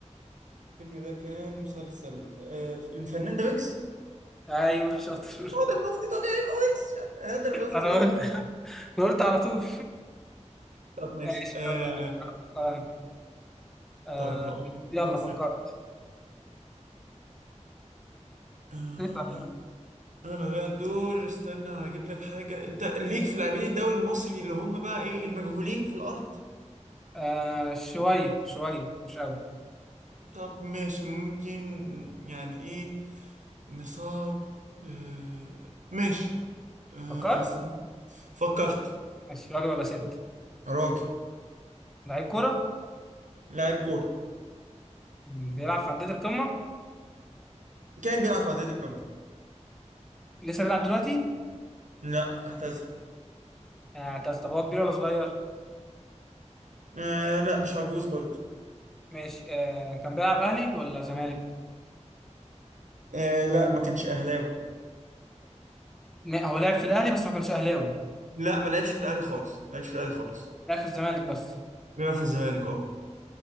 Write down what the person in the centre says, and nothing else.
ايوه شاطر
<laughs>
انا
قلت أنا قلت على طول
ماشي
يلا آه آه،
يلا
فكرت
اسأل يلا.
آه شوية شوية مش قوي
فكرت
ماشي راجل ولا ست
لعيب كورة
مم، بيلعب في أندية القمة
لسه بيلعب دلوقتي
آه طب طب هو كبير ولا صغير
ماشي آه كان بيلعب أهلي ولا زمالك
ما- هو لعب في الاهلي بس ما كانش اهلاوي
لعب في الزمالك بس